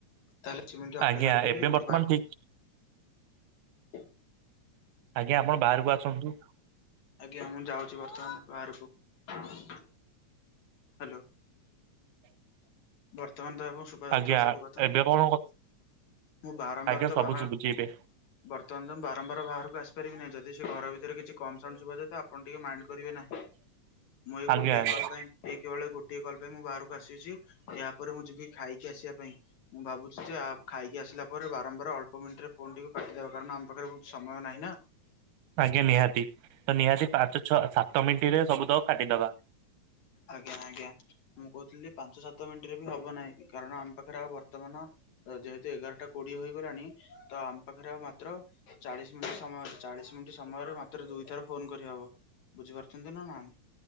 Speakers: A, on the left; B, on the right.
A: ତାହେଲେ ଦି ମିନିଟ୍ ଅପେକ୍ଷା
B: ଆଜ୍ଞା
A: କରିପାରିବ।
B: ଏବେ ବର୍ତ୍ତମାନ ଠିକ
A: <unintelligible> <inaudible>
B: ଆଜ୍ଞା ଆପଣ ବାହାରକୁ ଆସନ୍ତୁ?
A: ଆଜ୍ଞା ମୁଁ ଯାଉଛି ବର୍ତ୍ତମାନ ବାହାରକୁ। ହ୍ୟାଲୋ। ବର୍ତ୍ତମାନତ ଆପ ଶୁଭାଯାଉଥିବା
B: ଆଜ୍ଞା
A: ସବୁ କଥା।
B: ଏବେ କଣ କ
A: ମୁଁ ବାରମ୍ବାର
B: ଆଜ୍ଞା
A: ତ
B: ସବୁ
A: ବାହା
B: ଶୁଭୁଛି ଏବେ
A: ବର୍ତମାନ ତ ମୁଁ ବାରମ୍ବାର ବାହାରକୁ ଆସି ପାରିବି ନାଇଁ ଯଦି ସେ ଘର ଭିତରେ କିଛି କମ୍ ସାଉଣ୍ଡ ଶୁଭା ଯାଏ ତ ଆପ ଆପଣ ଟିକେ ମାଇଣ୍ଡ କରିବେ ନାହିଁ ମୁଁ ଏଇ
B: ଆଜ୍ଞା
A: ଗୋଟିଏ
B: ଆଜ୍ଞା
A: କଲ ପାଇଁ ଏ କେବଳ ଗୋ ଗୋଟିଏ କଲ ପାଇଁ ମୁଁ ବାହାରକୁ ଆସିଛି ଏହା ପରେ ମୁଁ ଯିବି ଖାଇକି ଆସିବା ପାଇଁ। ମୁଁ ଭାବୁଛି ଯେ ଆ ଖାଇକି ଆସିଲା ପରେ ବା ଆମର ଅଳପ ମିନିଟ୍ ରେ ଫୋନ୍କୁ କାଟିଦେବା କାରଣ ଆମ ପାଖରେ ବି ସମୟ ନାହିଁ ନା।
B: ଆଜ୍ଞା ନିହାତି ତ ନିହାତି ପାଞ୍ଚ, ଛଅ, ସାତ ମିନିଟ ରେ ସବୁ ଦକ କାଟିଦବା।
A: ଆଜ୍ଞା ଆଜ୍ଞା। ମୁଁ କହୁଥିଲି ପାଞ୍ଚ ସାତ ମିନିଟରେ ବି ହବ ନାହିଁ କାରଣ ଆମ ପାଖରେ ଆଉ ବର୍ତ୍ତମାନ ଯେହେତୁ ଏଗାରଟା କୋଡିଏ ହେଇଗଲାଣି ତ ଆମ ପାଖରେ ଆଉ ମାତ୍ର ଚାଳିଶ ମିନିଟ ସମୟରେ ଚାଳିଶ ମିନିଟ୍ ସମୟରେ ମାତ୍ର ଦୁଇଥର ଫୋନ କରିହବ। ବୁଝିପାରୁଛନ୍ତି ନା ନାହିଁ?